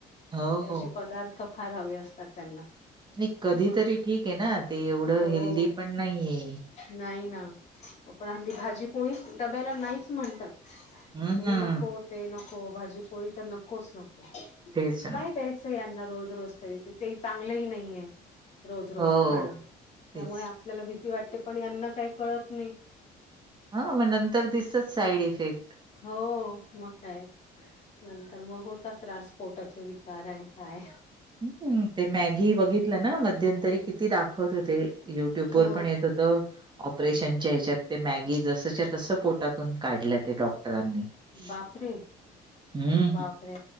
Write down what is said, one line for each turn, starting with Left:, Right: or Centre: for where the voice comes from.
Right: हो,
Left: हे असे
Right: हो.
Left: पदार्थ फार हवे असतात त्यांना.
Right: नाही कधी
Left: मग
Right: तरी ठीक आहे ना ते एवढं
Left: हो
Right: हेल्दी पण नाहीये.
Left: नाही ना, पण हल्ली भाजी पोळीच डब्याला नाहीच म्हणतात.
Right: हम्म.
Left: हे नको ते नको भाजीपोळी तर नको नकोच नको
Right: तेच ना.
Left: काय द्यायचं यांना रोज रोज तरी ते तेही चांगलंही नाहीे. रोज रोज
Right: हो,
Left: खाणं त्यामुळे
Right: तेच.
Left: आपल्याला भीती वाटते पण यांना काही कळत नाही.
Right: ह मग नंतर दिसतच साईड इफेक्ट.
Left: हो, मग काय. नंतर मग होता त्रास पोटाचे विकार आणि काय
Right: ह ते मॅगी बघितलं ना मध्यंतरी किती दाखवत होते. युट्यूब
Left: हो
Right: वर पण येत हो ऑपरेशनच्या ह्याच्यात ते मॅगी जसाच्या तस पोटातून काढले ते डॉक्ट <unintelligible>
Left: बापरे
Right: हम्म
Left: बापरे
Right: ह